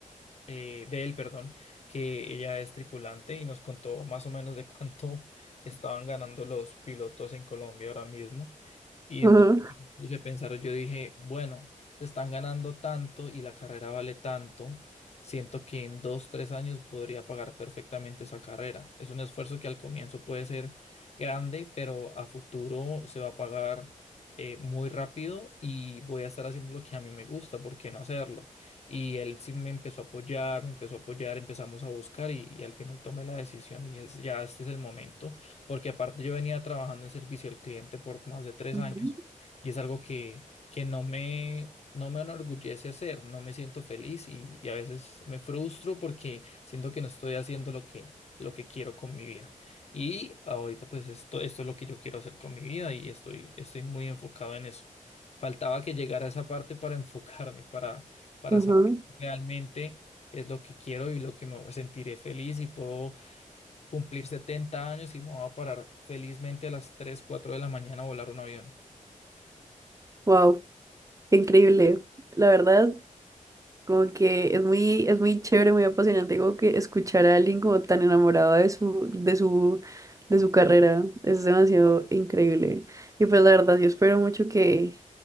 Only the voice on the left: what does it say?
eh, de él, perdón, que ella es tripulante y nos contó más o menos de <laughs> cuánto estaban ganando los pilotos en Colombia ahora mismo. Y
entonces me puse a pensar, yo dije, bueno, se están ganando tanto y la carrera vale tanto. Siento que en dos, tres años podría pagar perfectamente esa carrera. Es un esfuerzo que al comienzo puede ser grande, pero a futuro se va a pagar eh, muy rápido y voy a estar haciendo lo que a mí me gusta, ¿por qué no hacerlo? Y él sí me empezó a apoyar, me empezó a apoyar, empezamos a buscar y, y al final tomé la decisión y es, ya este es el momento porque aparte yo venía trabajando en servicio al cliente por más de tres
años y es algo que, que no me, no me enorgullece hacer, no me siento feliz y, y a veces me frustro porque siento que no estoy haciendo lo que, lo que quiero con mi vida. Y ahorita pues esto, esto es lo que yo quiero hacer con mi vida y estoy, estoy muy enfocado en eso. Faltaba que llegara a esa parte para <laughs> enfocarme, para, para
saber realmente es lo que quiero y lo que me sentiré feliz y puedo cumplir 70 años y vamos a parar felizmente a las 3 4 de la mañana a volar un avión.